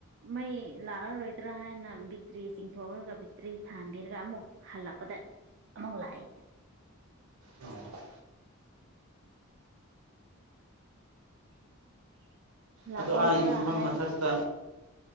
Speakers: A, on the right; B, on the right.
A: ꯃꯩ ꯂꯥꯛꯑꯔꯣꯏꯗ꯭ꯔꯥ ꯍꯥꯏꯅ ꯕꯤꯇ꯭ꯔꯤ ꯆꯤꯡꯊꯣꯛꯑꯒ ꯕꯤꯇ꯭ꯔꯤ ꯊꯥꯟꯕꯤꯔꯒ ꯑꯃꯨꯛ ꯍꯜꯂꯛꯄꯗ ꯑꯃꯨꯛ ꯂꯥꯛꯑꯦ
B: ꯑꯣ
A: ꯂꯥꯛꯑꯣꯏꯗ꯭ꯔꯥ
B: ꯑꯗꯣ ꯑꯥ ꯌꯨꯝꯐꯝ
A: ꯍꯥꯏꯔꯒ
B: ꯃꯊꯛꯇ